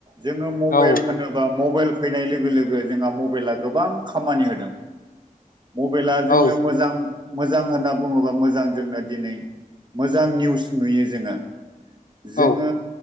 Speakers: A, on the right; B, on the left.
A: जोङो मबाइल
B: औ
A: होनोब्ला मबाइल बेल फैनाय लोगो लोगो गो जोंहा मबाइला गोबां खामानि होदों मबाइला
B: औ
A: जोंनो मोजां मोजां होनना बुङोबा मोजां जोंनो दिनै मोजां निउस नुयो जोङो
B: औ
A: जोङो